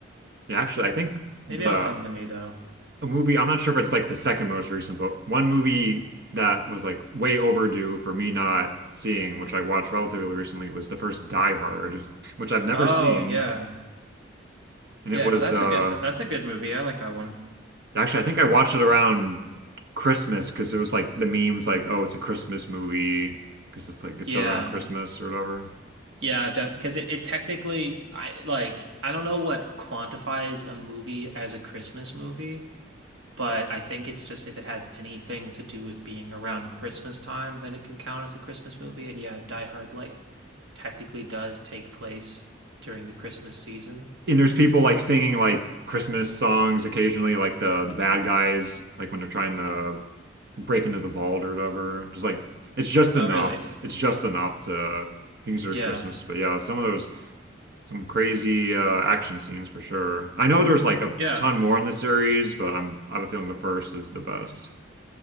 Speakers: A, on the right (about 55°); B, on the right (about 75°).
A: Yeah, actually, I think the
B: Maybe it'll come to me though.
A: a movie. I'm not sure if it's like the second most recent, but one movie that was like way overdue for me not seeing, which I watched relatively recently, was the first Die Hard, <laughs> which I've never
B: Oh,
A: seen.
B: yeah.
A: And
B: Yeah,
A: it was
B: no, that's
A: uh
B: a good fi- that's a good movie. I like that one.
A: actually I think I watched it around Christmas because it was like the memes like, oh, it's a Christmas movie because it's like it's
B: Yeah.
A: set around Christmas or whatever.
B: Yeah, I've def because it, it technically I like I don't know what quantifies a movie as a Christmas movie, but I think it's just if it has anything to do with being around Christmas time, then it can count as a Christmas movie. And yeah, Die Hard like technically does take place during the Christmas season.
A: And there's people like singing like Christmas songs occasionally, like the, the bad guys, like when they're trying to break into the vault or whatever. Just like it's just
B: Oh,
A: enough.
B: really?
A: It's just enough to consider
B: Yeah.
A: Christmas. But yeah, some of those some crazy uh, action scenes for sure. I know there's like a
B: Yeah.
A: ton more in the series, but I'm I have a feeling the first is the best.